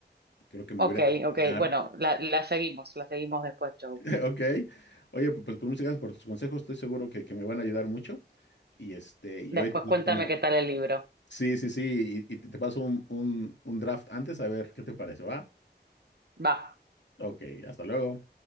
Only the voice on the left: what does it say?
Creo que me
voy a ir a desayunar,
<laughs> ¿ok? Oye, pu- pues, pues muchas gracias por tus consejos, estoy seguro que, que me van a ayudar mucho. Y este, y
yo ahí te platicando.
Sí, sí, sí, y, y te paso un, un un draft antes a ver qué te parece, ¿va?
Ok, hasta luego.